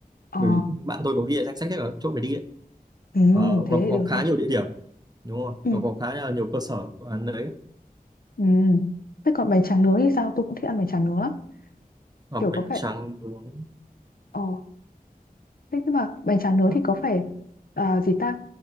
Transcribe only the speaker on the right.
bởi vì bạn tôi có ghi ở danh sách hết cả các chỗ phải đi ấy.
Ờ,
nó
có
khá
nhiều địa điểm đúng không
nó có khá là nhiều cơ sở của ăn đấy
Ờ,
bánh
tráng nướng
Ok.